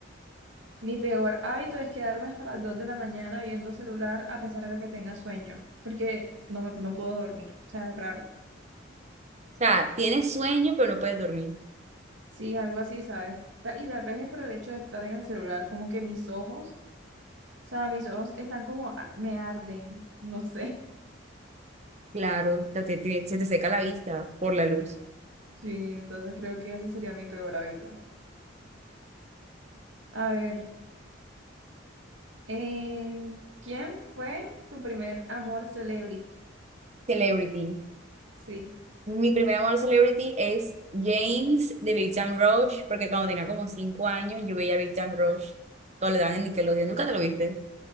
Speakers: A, on the right; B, on the right.
A: Mi peor hábito es quedarme hasta las 2 de la mañana viendo celular a pesar de que tenga sueño, porque no, me, no puedo dormir, o sea, es raro.
B: O sea, tienes sueño, pero no puedes dormir.
A: Sí, algo así, ¿sabes? Ta- Y tal vez es por el hecho de estar en el celular, como que mis ojos, o sea, mis ojos están como, a- me arden, no sé. <laughs>
B: Claro, te- te- te- se te seca la vista por la luz.
A: Sí, entonces creo que ese sería mi peor hábito. A ver, eh, ¿quién fue tu primer amor celebrity?
B: Celebrity.
A: Sí.
B: Mi primer amor celebrity es James de Big Time Rush, porque cuando tenía como cinco años yo veía Big Time Rush, cuando le daban en Nickelodeon. ¿Nunca te lo viste?